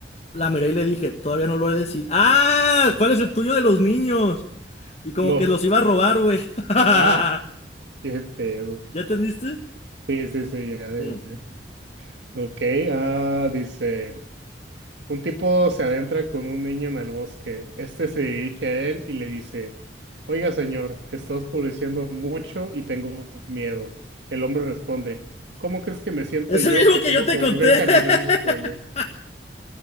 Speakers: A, on the left (about 35°); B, on the right (about 80°).
A: La miré y le dije, todavía no lo he decidido. ¡Ah! ¿Cuál es el tuyo de los niños? Y como
B: LOL.
A: que los iba a robar, güey. <laughs>
B: Ah, qué pedo.
A: ¿Ya entendiste?
B: Sí, sí, sí. ya, ya,
A: Mm.
B: ya. Ok, ah, dice. Un tipo se adentra con un niño en el bosque. Este se dirige a él y le dice, Oiga, señor, está oscureciendo mucho y tengo miedo. El hombre responde, ¿Cómo crees que me siento
A: Es
B: yo
A: el mismo
B: que
A: que
B: tengo
A: yo te
B: que volver
A: conté.
B: <laughs> caminando
A: <laughs>
B: solo?